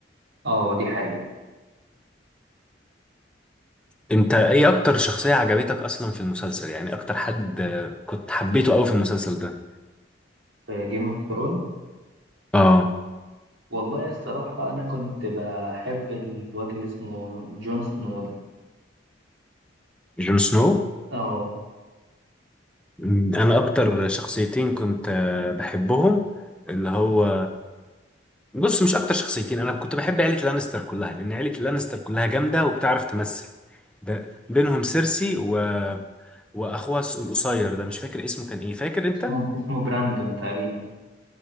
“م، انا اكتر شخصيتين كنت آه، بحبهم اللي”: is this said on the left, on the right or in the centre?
Centre